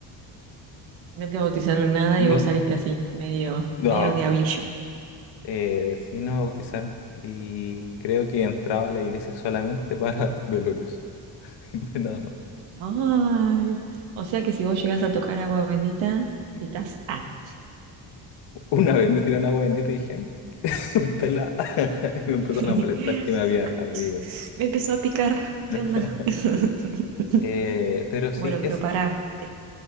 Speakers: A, on the right; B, on the left.
A: No te bautizaron nada
B: No,
A: y vos saliste así, medio,
B: no.
A: medio diablillo.
B: Eh, sí, no bautizaron. Y creo que entraba a la iglesia solamente para velorios, <laughs> nada más.
A: Ay, o sea que si vos llegás a tocar agua bendita, gritás, ah.
B: Una vez me tiraron agua bendita y dije, ay, <laughs> esta es la... <laughs> Y me empezaron
A: <laughs>
B: a molestar que me había ardido.
A: Me empezó a picar.
B: <laughs>
A: ¿Qué onda? <laughs>
B: Eh, pero sí
A: Bueno, pero
B: es...
A: pará. de-